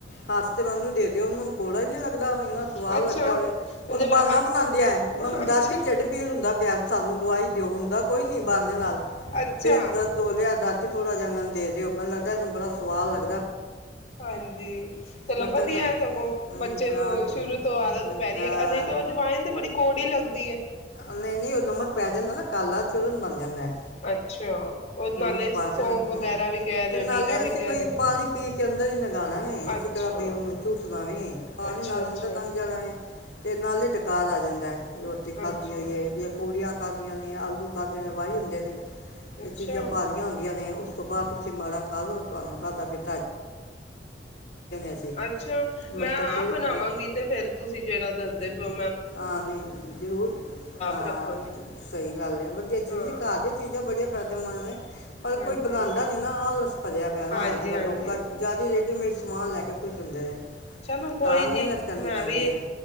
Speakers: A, on the left (about 75°); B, on the left (about 40°).
A: ਹਫਤੇ ਬਾਦ ਦੇ ਦਿਓ ਉਹਨੂੰ। ਕੌੜਾ ਹੀ ਨੀ ਲੱਗਦਾ ਹੌਣਾ, ਇੰਨਾ ਸਵਾਦ
B: ਅੱਛਾ
A: ਲੱਗਦਾ ਵੇ,
B: ਮਤਲਬ
A: ਉਹਤਾ ਬਹਾਨਾ
B: ਅੱਜ
A: ਬਣਾਉਣਦੀਆ,
B: ਅੱਛਾ
A: ਦਾਦੀ ਢਿੱਡ ਪੀੜ ਹੁੰਦਾ ਪਿਆ ਸਾਨੂੰ ਦਵਾਈ ਦਿਓ ਹੋਂਦਾ ਕੋਈ ਨੀ ਬਹਾਨੇ ਨਾਲ।
B: ਅੱਛਾ
A: ਪੇਟ ਦਰਦ ਹੌ ਰਿਆ। ਦਾਦੀ ਥੋੜਾ ਜਿਹਾ ਮੈਨ ਦੇ ਦਿਓ, ਮੈਨੂੰ ਲੱਗਦਾ ਇਹਨੂੰ ਬੜਾ ਸਵਾਦ ਲਗ
B: ਹਾਂਜੀ, ਚਲੋ
A: ਮਤਲਬ
B: ਵਧੀਆ
A: ਤਾਂ-
B: ਸਗੋਂ
A: ਹਮ,
B: ਬੱਚੇ
A: ਹਾਂ
B: ਨੂੰ
A: ਹਮ,
B: ਸ਼ੁਰੂ ਤੋਂ ਆਦਤ ਪੈ ਰਹੀ,
A: ਹਾਂ
B: ਨਹੀਂ ਤੋ ਅਜਵੈਨ ਤੇ ਬੜੀ ਕੌੜੀ ਲਗ <unintelligible>
A: ਨਹੀਂ-ਨਹੀਂ ਨਮਕ ਪੈ ਜਾਂਦਾ ਨਾ ਕਾਲਾ ਬਣ ਜਾਂਦਾ ਹੈ
B: ਅੱਛਾ। ਉਹ ਨਾਲੇ
A: ਨਮਕ
B: ਸੌਂਫ
A: ਪਾ ਕੇ ਨਾ
B: ਵਗੈਰਾ
A: ਹੂੰ
B: ਵੀ ਕਹਿ ਰਹੇ
A: ਤੇ ਨਾਲੇ
B: ਹੋ ਜੀਰਾ ਵੀ
A: ਅਸੀਂ
B: ਕਹਿ
A: ਕੋਈ
B: ਰਹੇ ਹੋ
A: ਪਾਣੀ ਪੀ ਕੇ ਅੰਦਰ ਹੀ ਲਗਾਣਾ ਵੇ ਅਸੀਂ
B: ਅੱਛਾ
A: ਕਿਹੜਾ ਬਈ ਉਹਨੂੰ ਚੂਸਨਾ ਵੇ ਪਾਣੀ
B: ਅੱਛਾ
A: ਨਾਲ
B: ਅੱਛਾ
A: ਅੰਦਰ ਲੰਘ ਜਾਣਾ ਵੇ। ਤੇ ਨਾਲੇ ਡ ਡਕਾਰ ਆ ਜਾਂਦਾ, ਰੋਟੀ ਖਾਦੀ
B: ਅੱਛਾ
A: ਹੋਈ ਹੈ ਯਾ ਪੂੜੀਆਂ ਖਾਦੀਆਂ ਨੇ, ਆਲੂ ਖਾਦੇ ਨੇ ਵਾਹੀ ਹੁੰਦੇ ਨੇ।
B: ਅੱਛਾ
A: ਚੀਜ਼ਾਂ ਭਾਰਿਆ ਹੁੰਦੀਆਂ ਨੇ, ਉਸ ਤੋਂ ਬਾਅਦ ਤੁਸੀਂ ਮਾੜਾ ਖਾ ਲਓ। ਤੁਹਾਨੂੰ ਖਾਧਾ-ਪਿਤਾ ਅਸੀਂ
B: ਅੱਛਾ, ਮੈਂ
A: ਮਤਲਬ ਫਿਰ
B: ਆਪ ਬਨਾਵਾਂਗੀ
A: ਪ-
B: ਤੇ ਫੇਰ ਤੁਸੀਂ ਜਿਹੜਾ ਦੱਸਦੇ ਪਏਹੋ।
A: ਆਮੀਨ ਜਰੂਰ ਹਾਂ
B: ਰੱਖਾਂਗੇ
A: ਸਹੀ ਗੱਲ ਆ ਵਧੀਆ ਚੀਜ਼
B: ਹਾਂ
A: ਕਾਹਦੀ ਚੀਜ਼ਾਂ ਬੜੀਆ <unintelligible> ਪਰ
B: ਹਾਂਜੀ
A: ਕੋਈ ਬਣਾਉਂਦਾ ਨਹੀਂ ਨਾ ਆਲਸ ਭਰਿਆ ਪਿਆ ਨਾ
B: ਹਾਂਜੀ
A: ਅੱਜ ਕੱਲ
B: ਹਾਂਜੀ
A: ਲੋਕ ਚ ਜਿਆਦਾ ਰੇਮੇਡ ਸਮਾਨ ਲੈ ਕੇ ਖੁਸ਼ ਹੁੰਦੇ ਨੇ
B: ਚਲੋ ਕੋਈ
A: ਘਰ
B: ਨੀ
A: ਮਿਹਨਤ ਕਰਨੀ
B: ਮੈਂ
A: ਪੈਂਦੀ
B: ਵੀ
A: ਹੈ